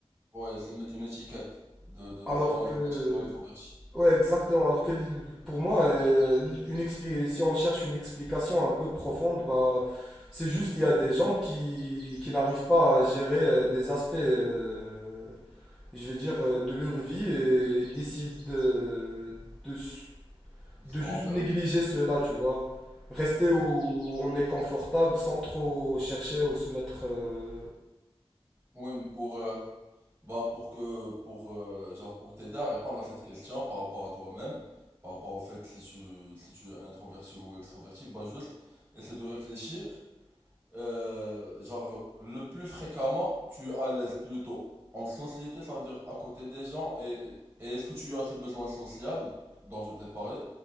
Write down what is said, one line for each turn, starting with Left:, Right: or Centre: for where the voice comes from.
Right: Ouais, se mettre une étiquette de, de
Centre: Alors
Right: soit introverti,
Centre: que,
Right: soit extroverti,
Centre: ouais, exactement. Alors que l- pour moi, euh, une expli- si on cherche une explication un peu profonde, bah, c'est juste qu'il y a des gens qui, qui n'arrivent pas à gérer euh, des aspects. euh, je vais dire, euh, de leur vie et ils décident euh, de, s-
Right: de
Centre: de
Right: se
Centre: juste
Right: renfermer.
Centre: négliger cela, tu vois. Rester
Right: Ou-
Centre: où
Right: Ouais,
Centre: où on est confortable sans trop chercher ou se mettre... euh,
Right: Ouais, mais pour, euh, bah, pour que, pour, euh, genre, pour t'aider à répondre à cette question par rapport à toi-même, par rapport au fait si tu, si tu es introverti ou extroverti, bah, juste essaie de réfléchir Euh, genre, le plus fréquemment, tu es à l'aise plutôt en société, ça veut dire à côté des gens, et, et est-ce que tu as ce besoin social dont je t'ai parlé,